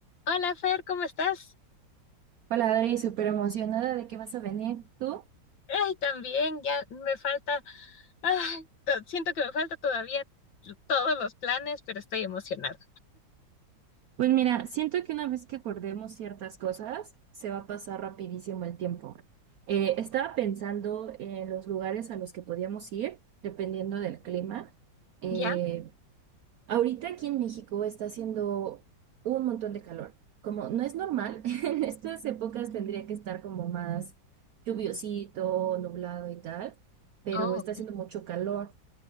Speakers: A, on the left; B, on the right.
A: Hola Fer, ¿cómo estás?
B: Hola Adri, súper emocionada de que vas a venir tú.
A: Ay, también, ya me falta, ay, to- siento que me falta todavía todos los planes, pero estoy emocionada.
B: Pues mira, siento que una vez que acordemos ciertas cosas, se va a pasar rapidísimo el tiempo. Eh, estaba pensando en los lugares a los que podíamos ir, dependiendo del clima. Eh,
A: ¿Ya?
B: ahorita aquí en México está haciendo un montón de calor. Como no es normal, <laughs> en estas épocas tendría que estar como más lluviosito, nublado y tal, pero
A: Oh,
B: está haciendo mucho calor.